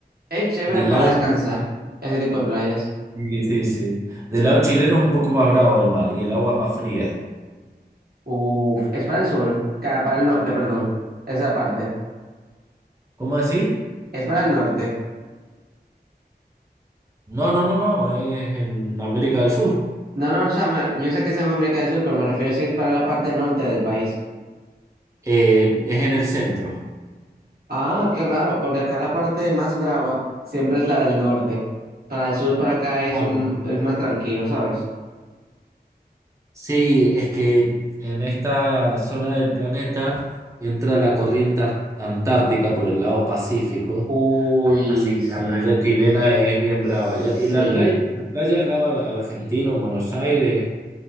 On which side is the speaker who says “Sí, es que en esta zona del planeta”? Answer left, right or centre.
Right